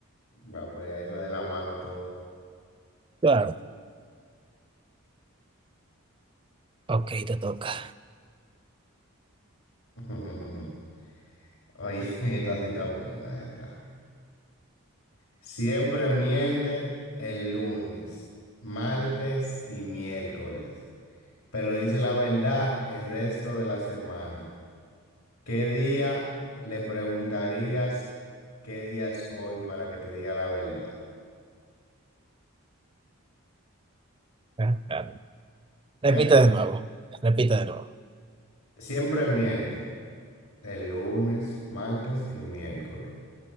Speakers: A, on the left (about 75°); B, on the right (about 25°).
A: va, pues ahí va de la mano todo.
B: Claro. Ok, te toca.
A: <laughs> Oye, <laughs> esta sí está buena, esta. Siempre miente el lunes, martes y miércoles, pero dice la verdad el resto de la semana. ¿Qué día le preguntarías qué día es hoy para que te diga la verdad?
B: Ah, claro. Repite
A: ¿Eh?
B: de nuevo. Repite de nuevo.
A: Siempre miente el lunes, martes y miércoles,